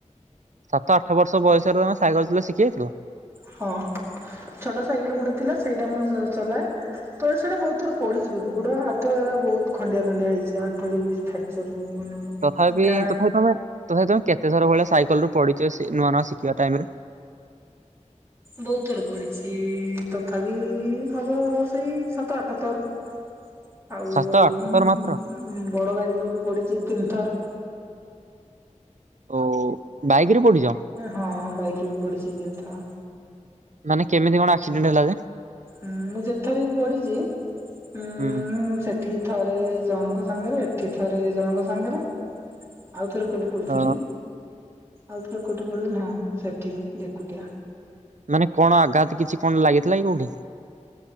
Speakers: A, on the right; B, on the right.
A: ସାତ ଆଠ ବର୍ଷ ବୟସରେ ତମେ ସାଇକଲ ଚଲା ଶିଖି ଯାଇଥିଲ?
B: ହଁ, ଛୋଟ ସାଇକେଲ ଗୋଟେ ଥିଲା ସେଇଟା ମୁଁ ଚଲାଏ। ତା ଛଡା ବହୁତ ଥର ପଡିଚିବି ଗୁଡ ହାତ ଏରା ବହୁତ ଖଣ୍ଡିଆ ଦଣ୍ଡିଆ ହେଇଛି ଆଣ୍ଠୁ ବି ଫ୍ରାକ୍ଚର ମାନେ
A: ତଥାପି
B: ଘା
A: ତଥାପି ତମେ ତଥାପି ତମେ କେତେଥର ଭଳିଆ ସାଇକଲ ରୁ ପଡିିଛ ନୂଆ ନୂଆ ଶିଖିବା ଟାଇମ ରେ?
B: ବହୁତ ଥର ପଡିଛି, ତଥାପି ହବ ସେଇ ସାତ ଆଠ ଥର। ଆଉ
A: ସାତ
B: ଆଉ
A: ଆଠଥର
B: ହୁଁ
A: ମାତ୍ର
B: ବଡ ଗାଡିରୁ ବି ପଡିଛି ତିନିଥର।
A: ଓ ବାଇକି ରୁ ପଡିଛ?
B: ହଁ ବାଇକ ରୁ ବି ପଡିଛି ତିନି ଥର।
A: ମାନେ କେମିତି କଣ ଆକ୍ସିଡେଣ୍ଟ ହେଲା ଯେ?
B: ଉଁ ମୁଁ ଯେତେଥର ବି ପଡିଚି ଉଁ
A: ହୁଁ
B: ମୁଁ ସେ ଠି ଥରେ ଜଣଙ୍କ ସାଙ୍ଗରେ ଏଠି ଥରେ ଜଣଙ୍କ ସାଙ୍ଗରେ ଆଉଥରେ କୋଉଠି ପଡିଥିଲି?
A: ଅ
B: ଆଉଥରେ କୋଉଠି ପଡିଥିଲି, ହଁ ସେଠି ଏକୁଟିଆ।
A: ମାନେ କଣ ଆଘାତ କିଛି କଣ ଲାଗିଥିଲା କି କୋଉଠି?